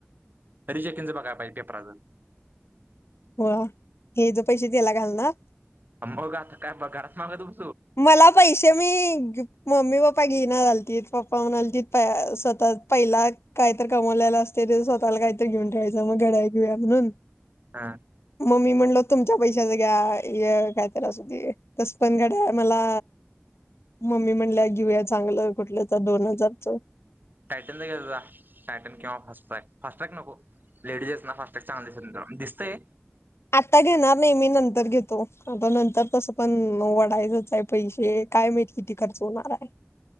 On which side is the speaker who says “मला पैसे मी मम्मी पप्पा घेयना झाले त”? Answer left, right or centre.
Left